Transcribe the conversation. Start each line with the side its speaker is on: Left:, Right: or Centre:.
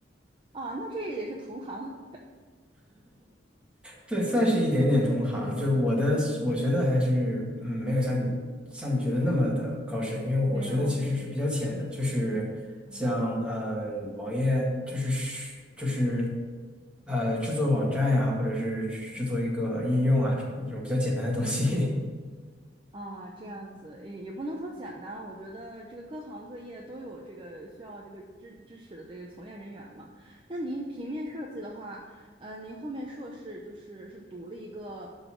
Right: 哦，那这也是同行。
Centre: 对，算是一点点同行。就我的，我学的还是嗯，没有像你像你学的那么的高深，因为我学的其实是比较浅的，
Right: 没有，
Centre: 就是像呃网页，
Right: 嗯，<laughs>
Centre: 就是是就是呃制作网站呀、或者是制作一个应用啊什么的这种比较简单的东西
Right: 啊，这样子也也不能说简单，我觉得这个各行各业都有这个需要这个支支持的这个从业人员嘛。那您平面设计的话，呃，您后面硕士就是是读了一个，